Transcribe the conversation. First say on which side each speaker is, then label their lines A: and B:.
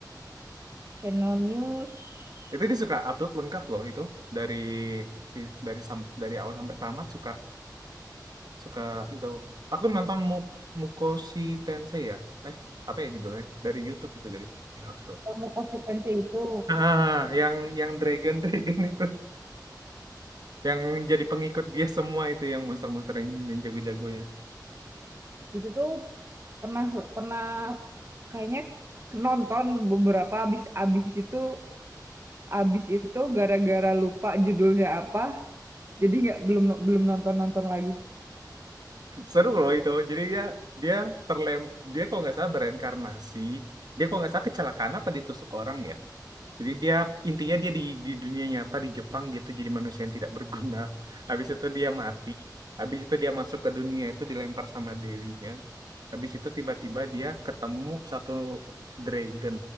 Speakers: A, on the right; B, on the right.
A: channel news
B: Itu dia suka upload lengkap loh itu dari si dari sam- dari awal sampai tamat suka suka itu. Aku nonton Mu Mukoshi Tensei ya. Eh apa ya judulnya? Dari YouTube itu dari channel itu.
A: yang Mukosequensi itu.
B: Ah, ah, ah, yang yang Dragon Dragon <laughs> itu yang jadi pengikut dia semua itu yang monster-monster yang yang jago-jagonya.
A: Itu tuh pernah pernah kayaknya nonton beberapa abis abis itu abis itu gara-gara lupa judulnya apa, jadi nggak belum belum nonton-nonton lagi.
B: seru loh itu jadi dia dia terlem dia kalau nggak salah bereinkarnasi dia kalau nggak salah kecelakaan apa ditusuk orang ya jadi dia intinya dia di di dunia nyata di Jepang dia tuh jadi manusia yang tidak berguna <laughs> habis itu dia mati habis itu dia masuk ke dunia itu dilempar sama dewinya habis itu tiba-tiba dia ketemu satu dragon